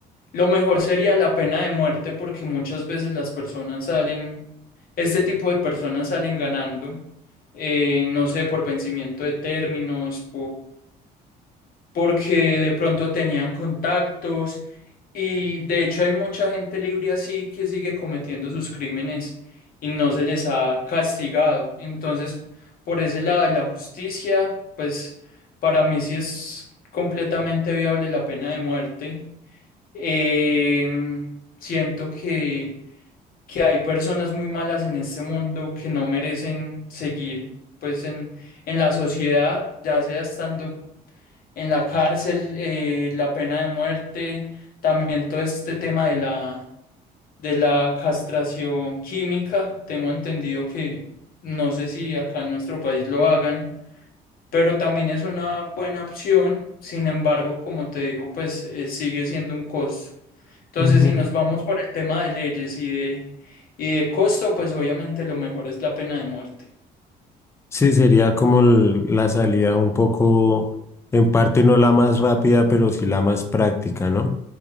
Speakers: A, on the left (about 60°); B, on the left (about 15°).
A: lo mejor sería la pena de muerte porque muchas veces las personas salen, este tipo de personas salen ganando, eh, no sé, por vencimiento de términos, porque de pronto tenían contactos y de hecho hay mucha gente libre así que sigue cometiendo sus crímenes y no se les ha castigado. Entonces, por ese lado de la justicia, pues para mí sí es completamente viable la pena de muerte. Em, siento que, que hay personas muy malas en este mundo que no merecen seguir pues en, en la sociedad, ya sea estando en la cárcel, eh, la pena de muerte, también todo este tema de la, de la castración química. Tengo entendido que no sé si acá en nuestro país lo hagan, pero también es una buena opción. Sin embargo, como te digo, pues eh, sigue siendo un costo. Entonces,
B: ujú.
A: si nos vamos por el tema de leyes y de, y de costo, pues obviamente lo mejor es la pena de muerte.
B: Sí, sería como el- la salida un poco, en parte no la más rápida, pero sí la más práctica, ¿no?